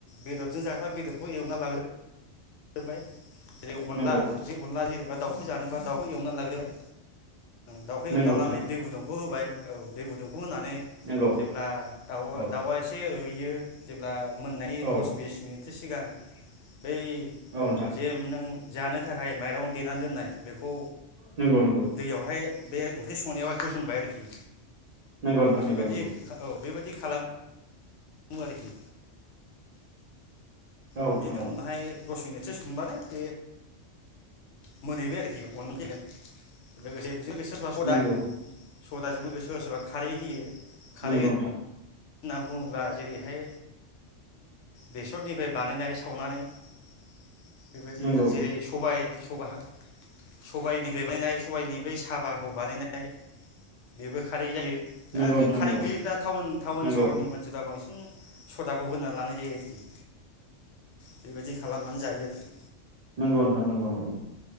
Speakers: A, on the left (about 75°); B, on the right (about 55°).
A: बेदरजों जाफा बेदरखौ एवना लाग्रो होबाय बिदि उनला
B: नंगौ
A: उनला जेनेबा दाउखौ जानोबा दाउखौ एवनानै लाग्रोबाय। दाउखो
B: नंगौ
A: एवना
B: नोंथां
A: लानाय दै गुदुंखौ होबाय। औ दैे गुदुं होनानै
B: नंगौ
A: जेब्ला दाउआ
B: औ
A: दाउआ एसे रू बियो जेब्ला मोननाय
B: औ
A: दस बिस मिनिट सिगां बै
B: औ नोंथां
A: जेम नों। जानो थाखाय माइरं देनानै दोननाय बेखौ।
B: नंगौ नंगौ
A: दैयावहाय बे ओंख्रि संनायाव होसनबाय आरोखि।
B: नंगौ नोंथां
A: बेबायदि
B: नंगौ नंगौ
A: औ बेबायदि खालाम आरोखि।
B: औ नोंथां
A: बिदिनो
B: औ
A: उनावहाय। दस मिनिटसो संबानो बे मोनहैबाय आरोखि <unintelligible> लोगोसे बेजों लोगोसे सोरबा सदा
B: नंगौ
A: होयो। सदाजों लोगो सोरबा सोरबा खारै होयो। खारै
B: नंगौ नोंथां।
A: होनना बुङोब्ला जेरैहाय बेसरनिफ्राय बानायनाय सावनानै बेबायदि
B: नंगौ
A: जेरै सबाय। सबाय हाख सबायनि बेबायनाय सबायनि बै साबा खौ बानायनाय बेबो खारै जायो। दा
B: नंगौ
A: बै
B: नोंथां
A: खारे
B: नंगौ
A: गैयैफ्रा टाउन-टाउन
B: नंगौ
A: सहरनि मानसिफ्रा बांसिन। सदाखौ होनान लानाय जायो आरोखि। बेबायदि खालामनानै
B: <inaudible>
A: जायो आरोखि
B: नंगौ नोंथां नंगौ नगौ।